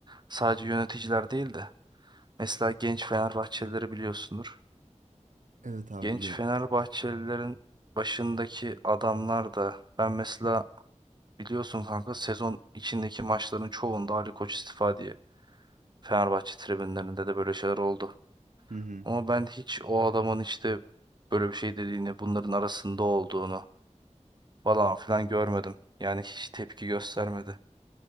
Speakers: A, on the right; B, on the right.
A: Sadece yöneticiler değil de mesela genç Fenerbahçelileri biliyorsundur.
B: Evet abi
A: Genç
B: biliyorum.
A: Fenerbahçelilerin başındaki adamlar da ben mesela biliyorsun kanka sezon içindeki maçların çoğunda Ali Koç istifa diye Fenerbahçe tribünlerinde de böyle şeyler oldu.
B: Hı hı.
A: Ama ben hiç o adamın işte böyle bir şey dediğini, bunların arasında olduğunu falan filan görmedim. Yani hiç tepki göstermedi